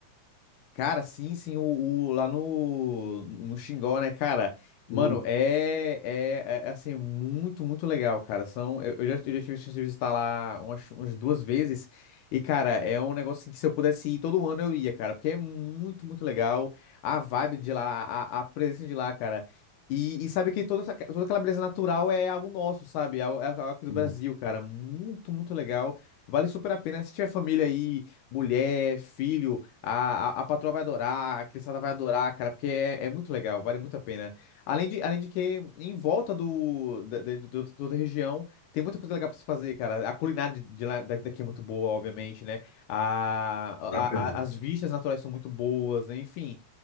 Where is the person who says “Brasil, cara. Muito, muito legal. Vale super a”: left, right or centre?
Left